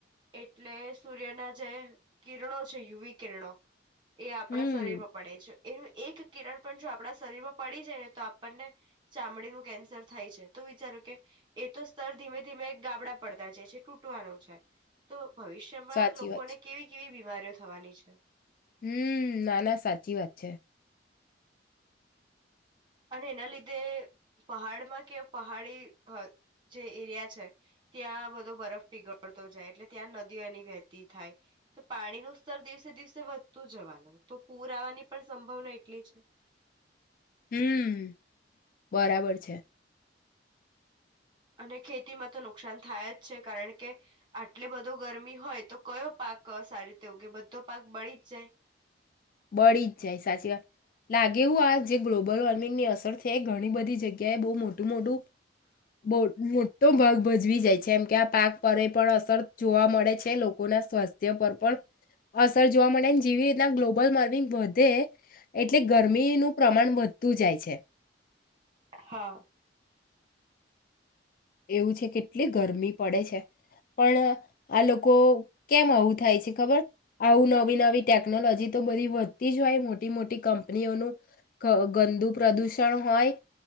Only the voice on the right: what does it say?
એટલે સૂર્યના જે કિરણો છે યુવી કિરણો. એ આપણા
શરીરમાં પડે છે. એનું એક કિરણ પણ જો આપણા શરીરમાં પડી જાય ને તો આપણને, ચામડીનું કેન્સર થાય છે તો વિચારું કે, એ તો સ્તર ધીમે ધીમે ગાબડા પડતા જ છે તૂટવાનું છે, તો ભવિષ્યમાં
લોકોને
કેવી કેવી બીમારીઓ થવાની છે.
અને એના લીધે પહાડમાં કે પહાડી જે એરિયા છે, ત્યાં બધો બરફ પીગળતો જાય એટલે ત્યાં નદીઓ એની વહેતી થાય, તો પાણીનું સ્તર દિવસે દિવસે વધતું જવાનું તો પૂર આવવાની પણ સંભાવના એટલી છે.
અને ખેતીમાં તો નુકસાન થાય જ છે કારણ કે, આટલી બધો ગરમી હોય તો કયો પાક સારી રીતે ઉગે બધો પાક બળી જ જાય.
હા.